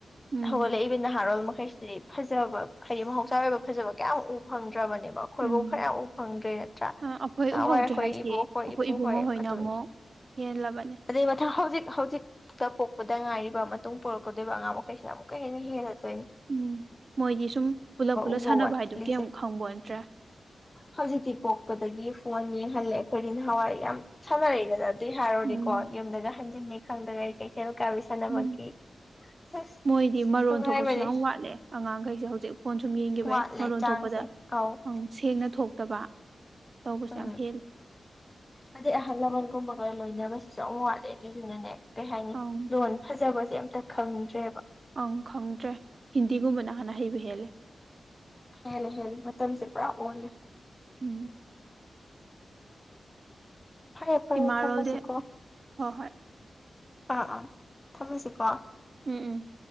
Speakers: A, on the right (about 55°); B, on the left (about 25°).
A: ꯎꯝ
B: ꯍꯧꯒꯠꯂꯛꯏꯕ ꯅꯍꯥꯔꯣꯜ ꯃꯈ ꯀꯩꯁꯤꯗꯤ ꯐꯖꯕ ꯍꯥꯏꯗꯤ ꯃꯍꯧꯁꯥꯒꯤ ꯑꯣꯏꯕ ꯐꯖꯕ ꯀꯌꯥꯃꯨꯛ ꯎꯕ ꯐꯪꯗ꯭ꯔꯕꯅꯦꯕ ꯑꯩꯈꯣꯏꯐꯧ
A: ꯎꯝ
B: ꯈꯔꯌꯥꯝ ꯎ ꯐꯪꯗ꯭ꯔꯦ ꯅꯠꯇ꯭ꯔꯥ
A: ꯑꯩꯈꯣꯏ
B: ꯅꯍꯥꯟꯋꯥꯏ
A: ꯎꯍꯧꯗ꯭ꯔꯦ
B: ꯑꯩꯈꯣꯏ
A: ꯍꯥꯏꯁꯦ
B: ꯏꯕꯣꯛꯈꯣꯏ
A: ꯑꯩꯈꯣꯏ
B: ꯏꯄꯨ
A: ꯏꯕꯨꯡꯉꯣ
B: ꯍꯣꯏ
A: ꯍꯣꯏꯅ
B: ꯑꯗꯨꯅꯤ
A: ꯑꯃꯨꯛ ꯍꯦꯜꯂꯕꯅꯦ
B: ꯑꯩ ꯃꯊꯪ ꯍꯧꯥꯎꯖꯤ ꯍꯧꯖꯤꯛꯇ ꯄꯣꯛꯄꯗ ꯉꯥꯏꯔꯤꯕ ꯃꯇꯨꯡ ꯄꯔꯛꯀꯗꯣꯏꯔꯤꯕ ꯑꯉꯥꯡ ꯃꯈꯩꯁꯤꯅ ꯑꯃꯨꯛꯀ ꯍꯦꯟꯅ ꯍꯦꯟꯅꯗꯣꯏꯅꯤ
A: ꯎꯝ ꯃꯣꯏꯗꯤ ꯁꯨꯝ ꯄꯨꯂꯞ ꯄꯨꯂꯞ
B: ꯎꯕ
A: ꯁꯥꯟꯅꯕ
B: ꯋꯥꯠꯂꯤꯁꯦ
A: ꯍꯥꯏꯗꯨ ꯀꯩꯨꯛ ꯈꯪꯕ ꯅꯠꯇ꯭ꯔꯦ
B: ꯍꯧꯖꯤꯛꯇꯤ ꯄꯣꯛꯄꯗꯒꯤ ꯐꯣꯟ ꯌꯦꯡꯍꯜꯂꯦ ꯑꯩꯈꯣꯏꯗꯤ ꯅꯍꯥꯟꯋꯥꯏ ꯌꯥꯝ ꯁꯥꯟꯅꯔꯛꯑꯦꯗꯅ ꯑꯗꯨ ꯍꯥꯏꯔꯨꯔꯔꯤꯀꯣ
A: ꯎꯝ
B: ꯌꯨꯝꯗꯒ ꯍꯟꯖꯤꯟꯉꯦ ꯈꯪꯗꯒ ꯑꯩ ꯀꯩꯊꯦꯜ ꯀꯥꯕꯤ ꯁꯥꯟꯅꯕꯒꯤ
A: ꯎꯝ
B: ꯑꯁ
A: ꯃꯣꯏꯗꯤ ꯃꯔꯣꯟ
B: ꯅꯨꯡꯉꯥꯏꯕꯅꯦ
A: ꯊꯣꯛꯄꯁꯨ ꯌꯥꯝ ꯋꯥꯠꯂꯦ ꯑꯉꯥꯡꯈꯩꯁꯦ ꯍꯧꯖꯤꯛ ꯐꯣꯟ ꯁꯨꯝ ꯌꯦꯡꯈꯤꯕ
B: ꯋꯥꯠꯂꯦ
A: ꯌꯥꯏ ꯃꯔꯣꯟ
B: ꯆꯥꯡꯁꯦ
A: ꯊꯣꯛꯄꯗ
B: ꯑꯧ
A: ꯎꯝ ꯁꯦꯡꯅ ꯊꯣꯛꯇꯕ ꯇꯧꯕꯁꯦ
B: ꯎꯝ
A: ꯌꯥꯝ ꯍꯦꯜꯂꯦ
B: ꯑꯗꯦ ꯑꯔ ꯍꯣꯏ ꯂꯣꯏꯅꯕꯁꯤꯁꯨ ꯌꯥꯝ ꯋꯥꯠꯂꯦ ꯑꯗꯨꯗꯨꯅꯅꯦ ꯀꯩ ꯍꯥꯏꯅꯤ
A: ꯑꯪ
B: ꯂꯣꯟ ꯐꯖꯕꯁꯦ ꯑꯝꯇ ꯈꯪꯗ꯭ꯔꯦꯕ
A: ꯑꯪ ꯈꯪꯗ꯭ꯔꯦ ꯍꯤꯟꯗꯤꯒꯨꯝꯕꯅ ꯍꯥꯟꯅ ꯍꯩꯕ ꯍꯦꯜꯂꯦ
B: ꯍꯦꯟꯅ ꯍꯦꯂ ꯃꯇꯝꯁꯦ ꯄꯨꯔꯥ ꯑꯣꯜꯂꯦ
A: ꯎꯝ
B: ꯐꯔꯦ ꯐꯔꯦ
A: ꯏꯃꯥꯔꯣꯜꯗꯤ
B: ꯊꯝꯃꯁꯤꯀꯣ
A: ꯍꯣꯏ ꯍꯣꯏ
B: ꯑꯥ ꯑꯥ ꯊꯝꯃꯁꯤꯀꯣ
A: ꯎꯝ ꯎꯝ